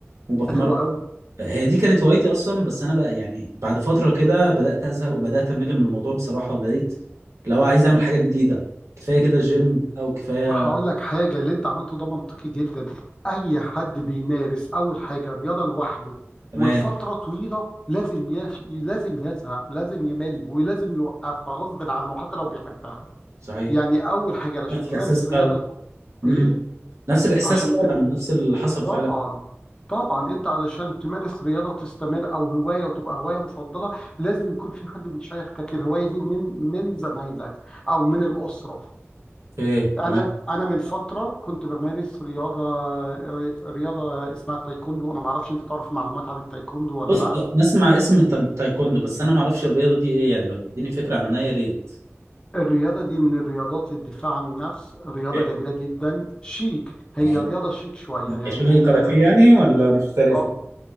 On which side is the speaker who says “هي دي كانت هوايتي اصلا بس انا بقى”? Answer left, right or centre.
Right